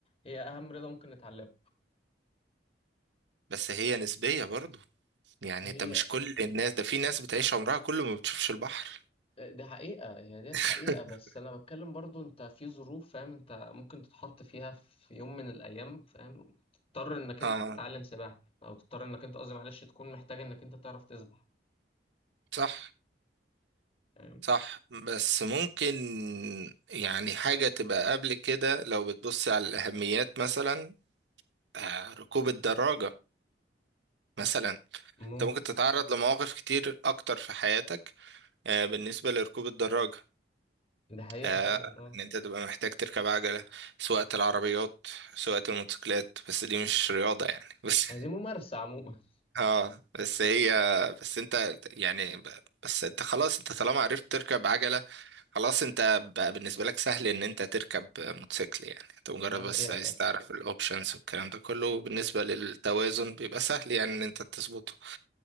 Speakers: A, on the left; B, on the right.
A: هي اهم رياضة ممكن نتعلمها
B: بس هي نسبية برضو يعني
A: هي
B: انت مش كل الناس ده في ناس بتعيش عمرها كله ما بتشوفش البحر
A: ده حقيقة هي ديت
B: <laughs>
A: حقيقة بس أنا بتكلم برضو أنت في ظروف فاهم أنت ممكن تتحط فيها في يوم من الأيام فاهم تضطر إنك
B: اه
A: أنت تتعلم سباحة أو تضطر إنك أنت قصدي معلش تكون محتاج إنك أنت تعرف تسبح
B: صح
A: فاهم
B: صح بس ممكن يعني حاجة تبقى قبل كده لو بتبص على الأهميات مثلا آه، ركوب الدراجة مثلا
A: ممكن
B: انت ممكن تتعرض لمواقف كتير اكتر في حياتك آه، بالنسبة لركوب الدراجة
A: ده حقيقة
B: آه،
A: فعلا أه
B: ان انت تبقى محتاج تركب عجلة سواقة العربيات سواقة الموتوسيكلات بس دي مش رياضة يعني <laughs> بس
A: هي دي ممارسة عموما
B: اه بس هي بس انت يعني ب- بس انت خلاص انت طالما عرفت تركب عجلة خلاص انت بقى بالنسبة لك سهل ان انت تركب موتوسيكل يعني انت مجرد
A: <laughs> ده
B: بس
A: حقيقة
B: عايز
A: فعلا
B: تعرف الاوبشنز والكلام ده كله بالنسبة
A: مم.
B: للتوازن بيبقى سهل يعني ان انت تظبطه